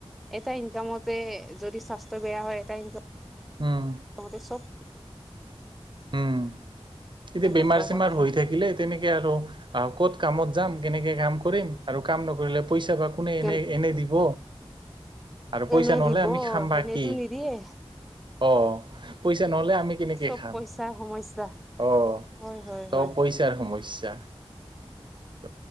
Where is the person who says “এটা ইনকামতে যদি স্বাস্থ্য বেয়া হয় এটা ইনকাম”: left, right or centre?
Centre